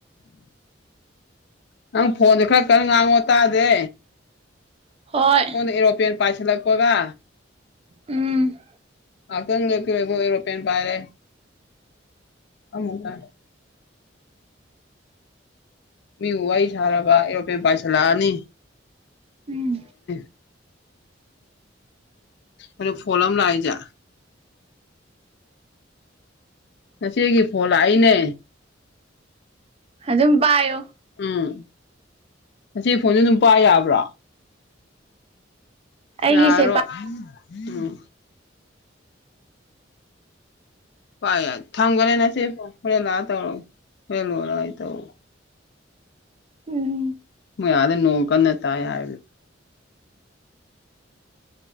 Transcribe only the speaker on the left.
ꯅꯪ ꯐꯣꯟꯁꯦ ꯈꯔ ꯈꯔ ꯉꯥꯡꯉꯣ ꯇꯥꯗꯦ
ꯀꯣꯟ <unintelligible> ꯄꯥꯏꯁꯦ ꯂꯛꯄꯒ
<unintelligible> ꯑꯦꯔꯣꯄ꯭ꯂꯦꯟ ꯄꯥꯏꯔꯦ ꯑꯗꯥ ꯃꯤꯕꯨ ꯋꯥꯔꯤ ꯁꯥꯔꯕ ꯑꯦꯔꯣꯄ ꯄꯥꯏꯁꯜꯂꯛꯑꯅꯤ
<unintelligible> ꯑꯗꯨ ꯐꯣꯟ ꯑꯃ ꯂꯥꯛꯏꯖꯦ ꯉꯁꯤꯒꯤ ꯐꯣꯟ ꯂꯥꯛꯏꯅꯦ
ꯎꯝ ꯉꯁꯤ ꯐꯣꯟꯁꯦ ꯑꯗꯨꯝ ꯄ ꯌꯥꯕ꯭ꯔꯣ
ꯌꯥꯔꯣ
ꯎꯝ <unintelligible> ꯊꯝꯈꯔꯦ ꯅꯆꯦ ꯐꯣꯅ ꯍꯣꯔꯦꯟ ꯂꯥꯛꯑ ꯇꯧꯔꯣ ꯍꯣꯔꯦꯟ ꯂꯣꯏꯔ ꯑꯩ ꯇꯧꯔ
ꯃꯑꯣꯏ ꯑꯗꯥ ꯅꯣꯡꯀꯟꯅꯥ ꯇꯥꯏ ꯍꯥꯏꯔꯤ